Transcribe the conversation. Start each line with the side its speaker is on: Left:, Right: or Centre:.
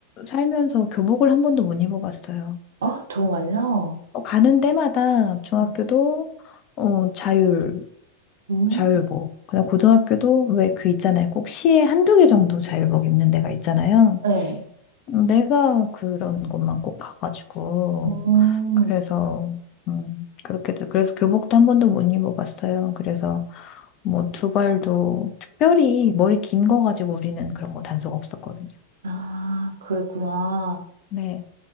Left: 살면서 교복을 한 번도 못 입어봤어요.
Right: 아, 정말요?
Left: 어, 가는 데마다 중학교도,
Right: 음,
Left: 어, 자율,
Right: 음.
Left: 자율복. 그다음 고등학교도 왜 그 있잖아요. 꼭 시에 한두 개 정도 자율복 입는 데가 있잖아요.
Right: 네.
Left: 음, 내가 그런 곳만 꼭 가가지고.
Right: 음,
Left: 그래서, 음, 그렇게, 돼- 그래서 교복도 한 번도 못 입어봤어요. 그래서, 뭐 두발도 특별히 머리 긴 거 가지고 우리는 그런 거 단속 없었거든요.
Right: 아, 그랬구나.
Left: 네.